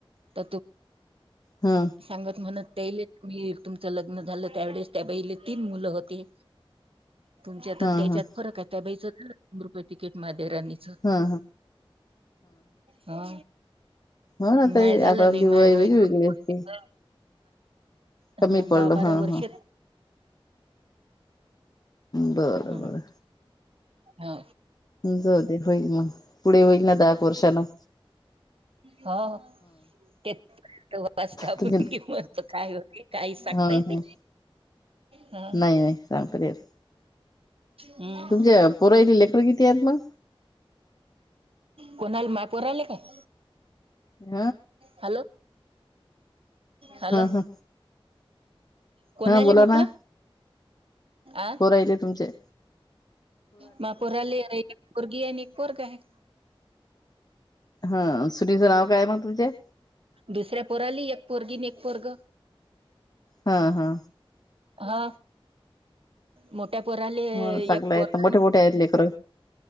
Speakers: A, on the right; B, on the left.
A: तर त
B: हा
A: सांगत म्हणत त्या मी तुमचं लग्न झालं त्यावेळेस त्या बाईले तीन मुलं होते तुमच्या तर
B: हा हा
A: त्याच्यात
B: हा
A: फरक आहे त्या बाईच तर रुपये तिकीट म देरानीच
B: हा
A: हा
B: हो ना आता
A: माय
B: हल्ली
A: झालं
B: आपपली
A: नाही माय
B: वय वेगळी
A: कमी
B: वेगळी असते कमी
A: हा
B: पडलं
A: दहा बारा
B: हा
A: वर्ष
B: हा बर
A: हा
B: बर
A: हा
B: जाऊ दे होईल मग पुढे होईल ना दहा एक वर्षान
A: हा.... ते तव्हा वाचतो आपण
B: तुम्ही
A: कि मरतो काय होत काही सांगता
B: हा
A: येते
B: हा
A: हा....
B: नाही नाही सांगता नाही येत
A: हम्म
B: तुमच्या पुरा जिल्ह्यात बी आहेत ना
A: कोणाल मापू राहिले काय
B: ह....
A: हॅलो हॅलो
B: हा
A: कोणा
B: हा
A: आली.
B: बोला
A: म्हंटलं
B: ना
A: आ
B: पोरायले तुमचे
A: मा पोराले एक पोरगी कोर का आहे
B: हं सुनेच् नाव काय मग तुम च्या
A: दुसऱ्या पोराली एक पोरगी अन एक पोरग
B: हा हा....
A: हा मोठ्या पोराले
B: हो चांगलं
A: एक
B: आहे
A: पोरगी
B: मोठे मोठे आहेत लेकर